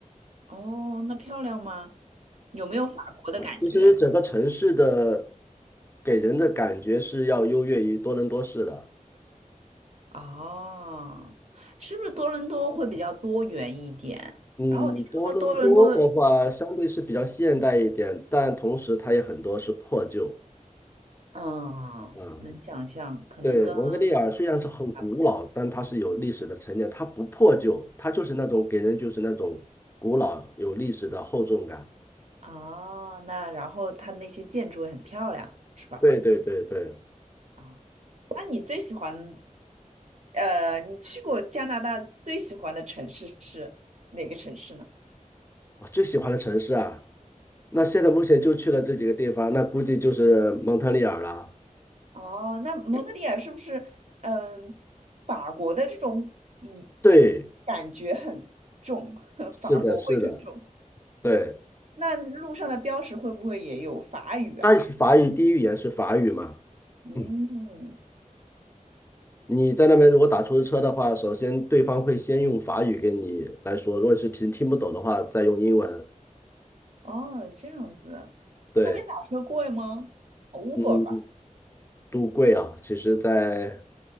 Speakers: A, on the right; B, on the left.
A: 哦，那漂亮吗？有没有法国的感觉？
B: 其实整个城市的给人的感觉是要优越于多伦多市的。
A: 哦，是不是多伦多会比较多元一点？
B: 嗯，
A: 然后我听说多伦多的，
B: 多伦多的话，相对是比较现代一点，但同时它也很多是破旧。
A: 嗯，
B: 啊，
A: 能想象，可能跟
B: 对，蒙特利尔虽然是很古老，
A: 嗯差不多。
B: 但它是有历史的沉淀，它不破旧，它就是那种给人就是那种古老有历史的厚重感。
A: 哦，那然后它那些建筑也很漂亮，是吧？
B: 对对对对，
A: 啊、那你最喜欢，呃，你去过加拿大最喜欢的城市是哪个城市呢？
B: 我最喜欢的城市啊，那现在目前就去了这几个地方，那估计就是蒙特利尔了。
A: 哦，那蒙特利尔是不是，嗯，法国的这种以
B: 对，
A: 感觉很重，<laughs> 法国味很重。
B: 是的，是的，对，
A: 那路上的标识会不会也有法语啊什么？
B: 它法语第一语言是法语嘛。
A: 嗯，
B: 嗯你在那边如果打出租车的话，首先对方会先用法语跟你来说，如果是听听不懂的话，再用英文。
A: 哦，这样子，
B: 对，
A: 那边打车贵吗？Uber
B: 嗯，
A: 吧。
B: 都贵啊，其实在，